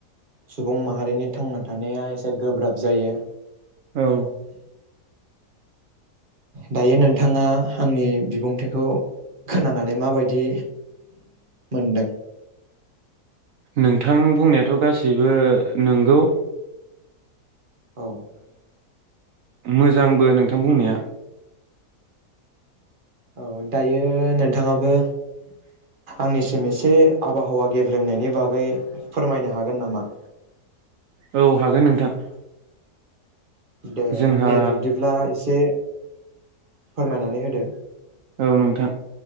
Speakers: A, on the right; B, on the right.
A: सुबुं माहारिनि थांना थानाया एसे गोब्राब जायो।
B: औ
A: दायो नोंथाङा आंनि बिबुंथिखौ खोनानानै माबायदि मोनदों?
B: नोंथां बुंनायाथ गासैबो नंगौ
A: औ
B: मोजांबो नोंथां बुंनाया।
A: औ दायो नोंथाङाबो आंनिसिम एसे आबहावा गेबेंनायनि बागै फोरमायनो हागोन नामा?
B: औ हागोन नोंथां।
A: दे
B: जोंहा
A: दे बिब्दिब्ला एसे फोरमायनानै होदो
B: औ नोंथां